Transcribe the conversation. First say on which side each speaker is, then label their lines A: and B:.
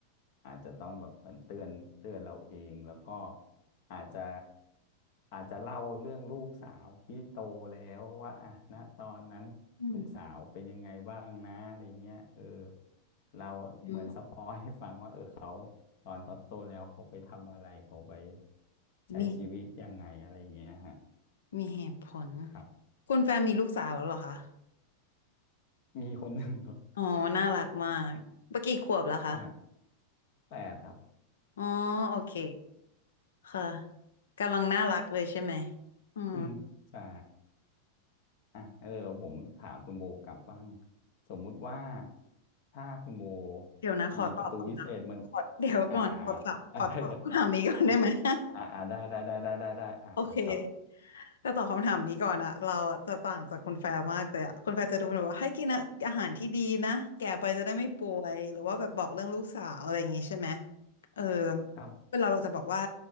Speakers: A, on the left; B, on the left.
A: อาจจะต้องแบบเหมือนเตือนเตือนเราเองแล้วก็อาจจะ อาจจะเล่าเรื่องลูกสาวที่โตแล้วว่าอ่ะนะตอนนั้นลูกสาวเป็นยังไงบ้างนะอะไรเงี้ยเออ
B: อืม
A: เราเหมือนสปอยให้ฟังว่าเออเขา
B: อืม
A: ตอนเขาโตแล้วเขาไปทำอะไรเขาไปใช้ชีวิตยังไงอะไรเงี้ยฮะ
B: มีมีเหตุผล
A: ครับ
B: คุณแฟร์มีลูกสาวแล้วเหรอคะ
A: มีคนหนึ่งครับ
B: อ๋อน่ารักมากเมื่อกี้ขวบแล้วคะ
A: อ่าะแปดครับ
B: อ๋อโอเคค่ะกำลังน่ารักเลยใช่ไหมอืม
A: อืมใช่อ่ะเดี๋ยวผมถามคุณโบกลับบ้างสมมุติว่าถ้าคุณโบ
B: เดี๋ยวนะขอตอบคำถามขอเดี๋ยวก่อนขอตอบขอตอบคำถามนี้ก่อนได้ไหม
A: มีประตูวิเศษเหมันอ่าอ่าอ่าเขาอะไรนะ อ่ะ
B: <laughs>
A: อ่าอ่าได้ได้ได้ได้ได้ได้อ่าอ่าครับ
B: โอเค แต่ตอบคำถามนี้ก่อนอะเราจะต่างจากคุณแฟร์มากเลยอะคุณแฟร์จะดูแบบว่าให้กินอะอาหารที่ดีนะแก่ไปจะได้ไม่ป่วยหรือว่าแบบบอกเรื่องลูกสาวอะไรอย่างงี้ใช่ไหมเออ
A: ครับ
B: เวลาเราจะบอกว่า